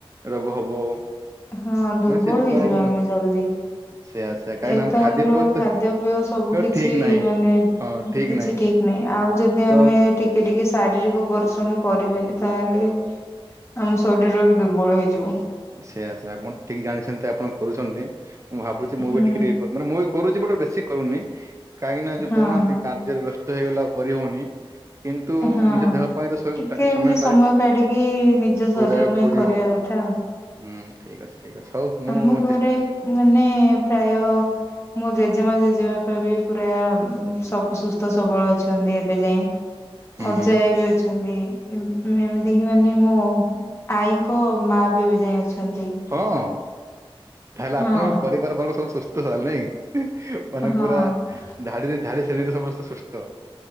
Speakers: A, on the right; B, on the left.
A: ରୋଗ ହବ।
B: ହଁ ଦୁର୍ବଳ
A: ମାନେ ସେ ଯୋଉ
B: ହେଇଯିବା
A: କଣ କହୁନା
B: ଆମେ ଜଲଦି।
A: ସେୟା ସେୟା କାହିଁକି
B: ଏ
A: ନା ଆମ
B: ତ
A: ଖାଦ୍ୟପେୟ
B: ଆମର ଖାଦ୍ୟପେୟ ସବୁ କିଛି
A: ଠିକ ନାହିଁ।
B: ମାନେ।
A: ହଁ ଠିକ
B: କିଛି
A: ନାହିଁ
B: ଠିକି ନାଇଁ ଆଉ ଯଦି
A: ତ
B: ଆମେ ଟିକ୍ ଟିକେ ଟିକେ ଶାରୀରିକ ପରିଶ୍ରମ କରିବେନି ତାହେଲେ ଆମ ଶରୀ ର ବି ଦୁର୍ବଳ ହେଇଯିବ।
A: ସେଇଆ ସେଇଆ ଆପଣ ଠିକି ଜାଣିଛନ୍ତି ଆପଣ କରୁଛନ୍ତି ମୁଁ ଭାବୁଛି ମୁଁ
B: ହୁଁ
A: ବି ଟିକେ ଟିକେ କ ମାନେ ମୁଁ ବି କରୁଛି ବଟ ବେଶୀ କରୁନି କାହିଁକିନା ଯୋଉ
B: ହଁ
A: କହୁନାହାନ୍ତି
B: ହଁ
A: କାର୍ଯ୍ୟରେ ବ୍ୟସ୍ତ ହେଇଗଲା ଆଉ କରିହଉନି। କିନ୍ତୁ
B: ହଁ
A: ନିଜ ଦେହ ପାଇଁ ତ ସ-
B: ଟିକେ ଏମିତି ସମୟ
A: କାଢି
B: କାଢିକି ନିଜ ଶରୀର
A: କରିବାକୁ
B: ପାଇଁ
A: ପଡିବ।
B: କରିବା କରିବା କ ଥା ଆଉ।
A: ହୁଁ ଠିକିଅଛି ଠିକିଅଛି ହଉ ମୁଁ
B: ଆମ ଘରେ
A: ଚେସ
B: ମାନେ ପ୍ରାୟ। ମୋ ଜେଜେମା ଜେଜେବାପା ବି ପୁରା ଉଁ ସବ୍ ସୁସ୍ଥ ସବଳ ଅଛନ୍ତି ଏବେ ଯାଏଁ।
A: ହୁଁ
B: ଅଜା
A: ହୁଁ
B: ଆଇ ବି ଅଛନ୍ତି। ମୁଁ ଏମିତିକିି ମାନେ ମୋ ଆଈଙ୍କ ମା ବି ଏବେ ଯାଏଁ ଅଛନ୍ତି।
A: ହଁ। ତାହେଲେ
B: ହଁ
A: ଆପଣଙ୍କ ପରିବାର ବାଲା ସବୁ ସୁସ୍ଥସବଳ ନାହିଁକି ହଁ ମାନେ
B: ହଁ
A: ପୁରା। ଧାଡ଼ି ରେ ଧାଡି ଶେଣୀରେ ସମସ୍ତେ ସୁସ୍ଥ।